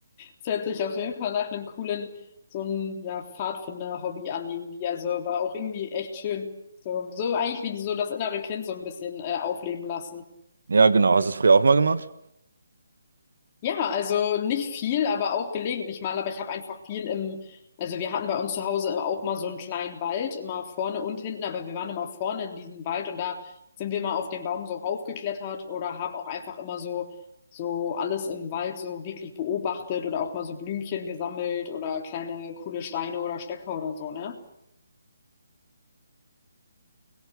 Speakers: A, on the left; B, on the right.
A: es hört sich auf jeden Fall nach einem coolen, so ein ja, Pfadfinder-Hobby an irgendwie. Also, aber auch irgendwie echt schön. So, so eigentlich wie so das innere Kind so ein bisschen äh, aufleben lassen.
B: Ja, genau. Hast du es früher auch mal gemacht?
A: Ja, also nicht viel, aber auch gelegentlich mal. Aber ich habe einfach viel im, also wir hatten bei uns zu Hause auch mal so einen kleinen Wald, immer vorne und hinten, aber wir waren immer vorne in diesem Wald und da sind wir mal auf den Baum so raufgeklettert oder haben auch einfach immer so, so alles im Wald so wirklich beobachtet oder auch mal so Blümchen gesammelt oder kleine coole Steine oder Stöcker oder so, ne?